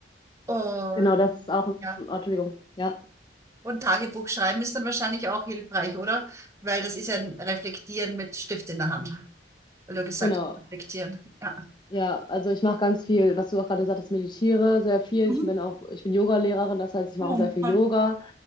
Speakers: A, on the right; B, on the left.
A: Und
B: Genau, das ist auch,
A: ja,
B: oh, Entschuldigung, ja,
A: und Tagebuch schreiben ist dann wahrscheinlich auch hilfreich, oder? Weil das ist ja ein Reflektieren mit Stift in der Hand, weil du gesagt
B: genau.
A: hast, reflektieren. Ja.
B: Ja, also ich mache ganz viel, was du auch gerade gesagt hast, meditiere sehr viel.
A: Mhm.
B: Ich bin auch, ich bin Yoga-Lehrerin, das heißt, ich
A: Oh,
B: mache auch sehr viel
A: voll.
B: Yoga.